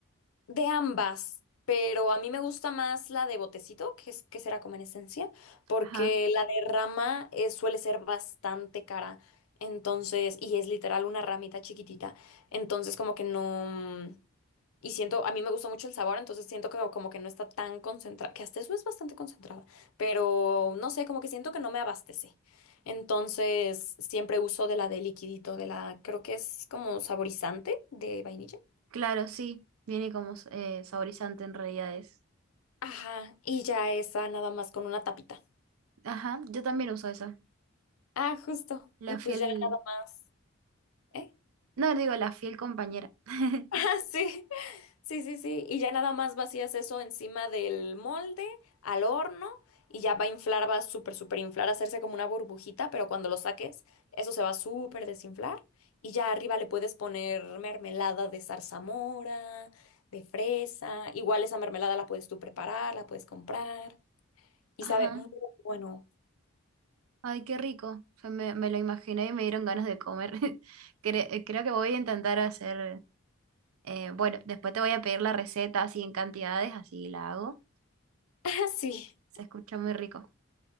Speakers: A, on the left (about 80°); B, on the right (about 80°).
A: de ambas, pero a mí me gusta más la de botecito, que es que será como en esencia, porque
B: Ajá,
A: la de rama eh, suele ser bastante cara. Entonces, y es literal una ramita chiquitita. Entonces, como que no. mm, Y siento, a mí me gustó mucho el sabor, entonces siento que como que no está tan concentrada, que hasta eso es bastante concentrada, pero no sé, como que siento que no me abastece. Entonces siempre uso de la de liquidito, de la, creo que es como saborizante de vainilla.
B: claro, sí, viene como eh, saborizante en realidad es.
A: Ajá, y ya esa nada más con una tapita.
B: Ajá, yo también uso esa,
A: Ah, justo.
B: la
A: Y pues
B: fiel,
A: ya nada más. ¿eh?
B: no, digo, la fiel compañera. <laughs>
A: <laughs> Sí, sí, sí, sí. Y ya nada más vacías eso encima del molde, al horno, y ya va a inflar, va a súper, súper inflar, hacerse como una burbujita, pero cuando lo saques, eso se va a súper desinflar. Y ya arriba le puedes poner mermelada de zarzamora, de fresa. Igual esa mermelada la puedes tú preparar, la puedes comprar. Y
B: Ajá,
A: sabe muy bueno. <laughs>
B: ay, qué rico, O sea, me, me lo imaginé y me dieron ganas de comer. <laughs> Cre- eh, creo que voy a intentar hacer... Eh, bueno, después te voy a pedir la receta así en cantidades, así la hago.
A: Ah, sí.
B: Se escucha muy rico.